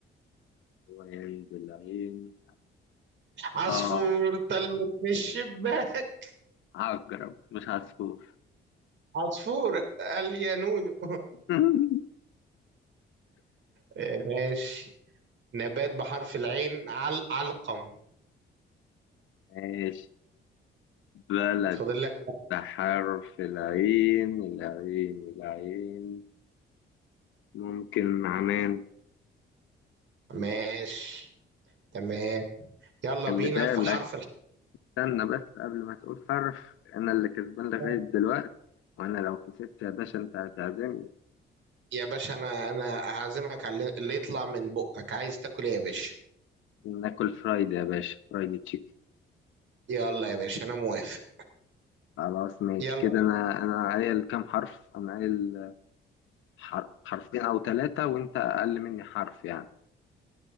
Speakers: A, on the left; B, on the right.
A: حيوان بالعين
B: عصفور
A: اه
B: طل من الشباك
A: عقرب مش عصفور
B: عصفور قال يا نونو
A: <laughs>
B: آه، ماشي نبات بحرف العين عل... علقم
A: ماشي بلد
B: فاضل لك
A: بحرف العين العين العين ممكن عمان
B: ماشي تمام يلا
A: خلي
B: بينا
A: بالك
B: في حرف
A: استنى بس قبل ما تقول حرف انا اللي كسبان لغاية
B: الحاء
A: دلوقتي وانا لو كسبت يا باشا انت هتعزمني
B: يا باشا انا انا هعزمك على اللي اللي يطلع من بقك عايز تاكل ايه يا باشا
A: ناكل فرايدي يا باشا فرايدي تشيكن
B: يلا يا باشا انا موافق
A: خلاص ماشي
B: يلا
A: كده انا انا قايل كام حرف انا قايل حر... حرفين او ثلاثة وانت اقل مني حرف يعني